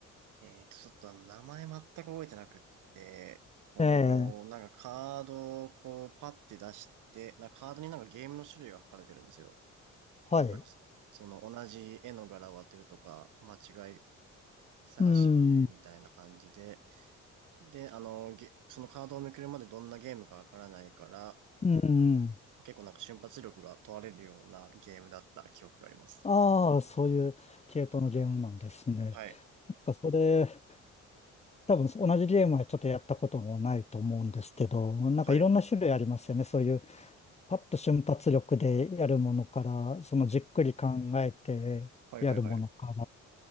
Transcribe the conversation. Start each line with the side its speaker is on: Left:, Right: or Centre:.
Right: えーと、ちょっとあの、名前全く覚えてなくって、こう、
Left: ええ、
Right: なんかカードをこう、パッて出して、なんかカードになんかゲームの種類が書かれてるんですよ。
Left: はい。
Right: なんか、その同じ絵の柄を当てるとか、間違い探しみたいな感じで、
Left: うん、
Right: で、あの、ゲそのカードをめくるまでどんなゲームかわからないから、
Left: うん。
Right: 結構なんか瞬発力が問われるようなゲームだった記憶があります。
Left: ああ、そういう系統のゲームなんですね。
Right: はい。
Left: なんかそれ、多分同じゲームはちょっとやったこともないと思うんですけど、なんかいろんな種類ありますよね。
Right: はい。
Left: そういうパッと瞬発力でやるものから、そのじっくり考えてやるものか
Right: はいはいはい。